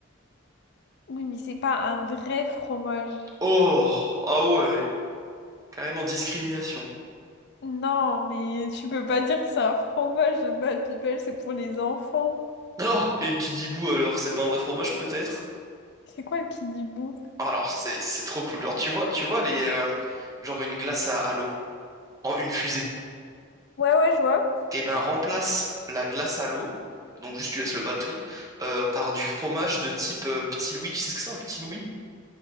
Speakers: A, on the left (about 55°); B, on the right (about 15°).
A: Oui, mais c'est pas un vrai fromage.
B: Oh! Ah ouais! Carrément discrimination. <laughs>
A: Non, mais tu peux pas dire que c'est un fromage de Bad People, c'est pour les enfants.
B: Oh! Et le Kidibou, alors? C'est pas un vrai fromage, peut-être?
A: C'est quoi le Kidibou?
B: Alors, c'est c'est trop cool. Alors, tu vois, tu vois les... euh, genre une glace à, à l'eau. En une fusée.
A: Ouais, ouais, je vois.
B: Et ben, remplace la glace à l'eau, donc juste tu laisses le bâton, euh, par du fromage de type euh, petit Louis. Tu sais ce que c'est un petit Louis?